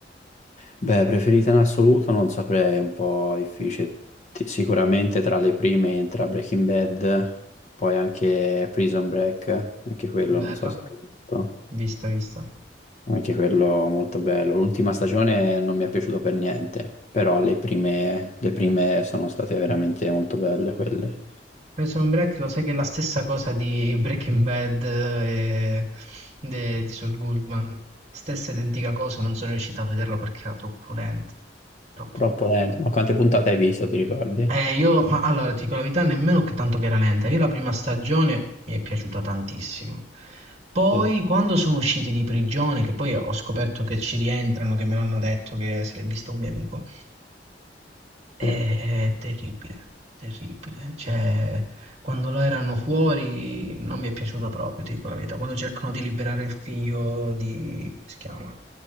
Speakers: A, on the left; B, on the right.
A: Beh, preferita in assoluto non saprei, è un po' difficile. Ti- Sicuramente tra le prime entra Breaking Bad, poi anche Prison Break, anche quello
B: Bella,
A: non so se l'hai visto.
B: vista, vista.
A: Anche quello molto bello. L'ultima stagione non mi è piaciuto per niente, però le prime, le prime sono state veramente molto belle quelle.
B: Prison Break lo sai che è la stessa cosa di Breaking Bad eh, e de- di Saul Goodman. Stessa identica cosa, non sono riuscito a vederlo perché era troppo lento. Troppo.
A: Troppo lento. Ma quante puntate hai visto, ti ricordi?
B: Eh, io, ma allora, ti dico la verità, nemmeno che tanto che era lenta. Io la prima stagione mi è piaciuta tantissimo. Poi,
A: Sì,
B: quando sono usciti di prigione, che poi ho scoperto che ci rientrano, che me l'hanno detto che se l'è visto un mio amico, è,
A: sì.
B: è terribile, terribile. Cioè, quando lo erano fuori non mi è piaciuto proprio, ti dico la verità. Quando cercano di liberare il figlio di... come si chiama? Non